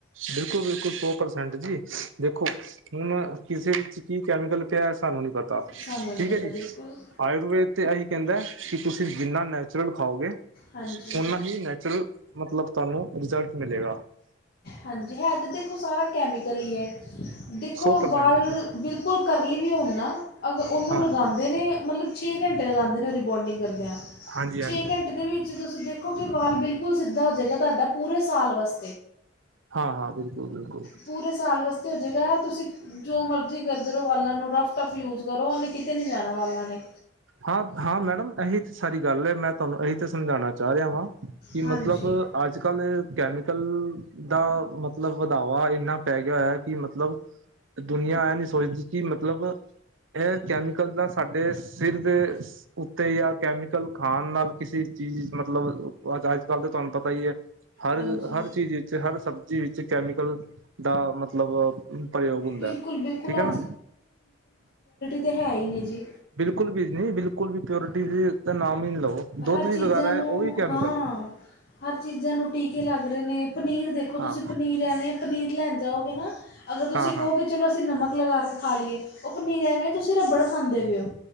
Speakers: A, on the right; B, on the left.
A: ਬਿਲਕੁੱਲ-ਬਿਲਕੁੱਲ, ਸੌ ਪ੍ਰਸੈਂਟ ਜੀ, ਦੇਖੋ ਹੁਣ, ਕਿਸੇ ਵਿੱਚ ਕੀ ਕੈਮੀਕਲ ਪਿਆ ਸਾਨੂੰ ਨੀ ਪਤਾ,
B: ਸਾਨੂੰ ਨਹੀਂ
A: ਠੀਕ
B: ਪਤਾ
A: ਐ ਜੀ।
B: ਬਿਲਕੁਲ
A: ਆਯੁਰਵੇਦ ਤੇ ਐਹੀ ਕਹਿੰਦਾ, ਕਿ ਤੁਸੀਂ ਜਿੰਨਾ ਨੈ ਚੁਰਲ ਖਾਓਗੇ,
B: ਹਾਂਜੀ
A: ਓਨਾ ਹੀ ਨੈਚੁਰਲ, ਮਤਲਬ ਤੁਹਾਨੂੰ ਰਿਜ਼ਲਟ ਮਿਲੇਗਾ।
B: ਹਾਂਜੀ, ਹੈ ਤਾਂ ਦੇਖੋ ਸਾਰਾ ਕੈਮੀਕਲ ਈ ਐ, ਦੇਖੋ
A: ਸੌ
B: ਵਾਲ
A: ਪਰਸੈਂਟ ਜੀ
B: ਬਿਲਕੁੱਲ ਕਰਲੀ ਵੀ ਹੋਣ ਨਾ, ਅਗ---ਓਹਨੂੰ
A: ਹਾਂ
B: ਲਗਾਂਦੇ
A: ਹਾਂ
B: ਨੇ, ਮਤਲਬ ਛੇ ਘੰਟੇ ਲਗਾਂਦੇ ਨੇ ਓ ਰਿਬੋਂਡਿੰਗ ਕਰਦਿਆਂ।
A: ਹਾਂਜੀ
B: ਛੇ
A: ਹਾਂਜੀ ਹਾਂਜੀ
B: ਘੰਟੇ ਦੇ ਵਿੱਚ ਤੁਸੀਂ ਦੇਖੋ ਕੀ, ਵਾਲ ਬਿਲਕੁਲ ਸਿੱਧਾ ਹੋਜੇਗਾ ਤੁਹਾਡਾ, ਪੂਰੇ ਸਾਲ ਵਾਸ
A: ਹਾਂ-ਹਾਂ, ਬਿਲਕੁੱਲ-ਬਿਲਕੁੱਲ।
B: ਪੂਰੇ ਸਾਲ ਵਾਸਤੇ ਹੋਜੇਗਾ, ਤੁਸੀਂ ਜੋ ਮਰਜ਼ੀ ਕਰਦੇ ਰਹੋ ਵਾਲਾ ਨੂੰ, ਰੱਫ-ਟੱਫ ਯੂਜ ਕਰੋ, ਓਹਨੇ ਕਿਤੇ ਨੀ ਜਾਣਾ ਵਾਲਾਂ ਨੇ।
A: ਹਾਂ, ਹਾਂ ਮੈਡਮ ਐਹੀ ਤਾਂ ਸਾਰੀ ਗੱਲ ਐ, ਮੈਂ ਤੁਹਾਨੂੰ ਏਹੀ ਤਾਂ ਸਮਝਾਣਾ ਚਾਹ ਰਿਹਾ ਵਾਂ, ਕੀ
B: ਹਾਂਜੀ
A: ਮਤਲਬ ਅੱਜ-ਕੱਲ ਕੈਮੀਕਲ, ਦਾ ਮਤਲਬ ਵਧਾਵਾ ਇਹਨਾ ਪੈਗਿਆ ਹੋਇਆ ਕੀ ਮਤਲਬ ਦੁਨੀਆਂ ਐ ਨੀ ਸੋਚਦੀ ਕੀ ਮਤਲਬ, ਐ ਕੈਮੀਕਲ ਦਾ ਸਾਡੇ ਸਿਰਦੇਸ ਉੱਤੇ ਯਾ ਕੈਮੀਕਲ ਖਾਣ ਨਾਲ ਕਿਸੇ ਚੀਜ਼ ਮਤਲਬ, ਅੱਜ-ਕੱਲ ਤੇ ਤੁਹਾਨੂੰ ਪਤਾ ਹੀ ਹੈ। ਹਰ,
B: ਹਾਂਜੀ
A: ਹਰ ਚੀਜ਼ ਵਿੱਚ, ਹਰ ਸਬਜ਼ੀ ਵਿੱਚ, ਕੈਮੀਕਲ ਦਾ ਮਤਲਬ, ਪ੍ਰਯੋਗ ਹੁੰਦਾ
B: ਬਿਲਕੁਲ
A: ਹੈ,
B: ਬਿਲਕੁਲ
A: ਠੀਕ ਹੈਨਾ।
B: ਤੇ ਹੈਹੀ ਨੇ, ਜੀ‌।
A: ਬਿਲਕੁਲ ਵੀ ਨੀ, ਬਿਲਕੁਲ ਵੀ ਪਿਓਰਟੀ ਦੀ ਤਾ ਨਾਮ ਹੀ ਨਾ ਲਵੋ। ਦੁੱਧ
B: ਹਰ
A: ਵੀ
B: ਚੀਜ਼ਾਂ
A: ਵਗੈਰਾ
B: ਨੂੰ,
A: ਹੈ ਉਹ ਵੀ ਕੈਮੀਕਲ
B: ਹਾਂ। ਹਰ ਚੀਜ਼ਾਂ ਨੂੰ ਟੀਕੇ ਲੱਗ ਰਹੇ ਨੇ। ਪਨੀਰ ਦੇਖੋ, ਤੁਸੀ
A: ਹਾਂ
B: ਪਨੀਰ ਲਿਆਨੇ ਆ, ਪਨੀਰ ਲੈਣ ਜਾਓਗੇ ਨਾ, ਅਗਰ ਤੁਸੀਂ
A: ਹਾਂ ਹਾਂ
B: ਕਹੋਗੇ ਚਲੋ ਅਸੀਂ ਨਮਕ ਲਗਾਕੇ ਖਾ ਲੀਏ ਓ ਪਨੀਰ ਐਵੇਂ ਆ, ਤੁਸੀਂ ਰੱਬੜ ਖਾਂਦੇ ਪਏ ਓ।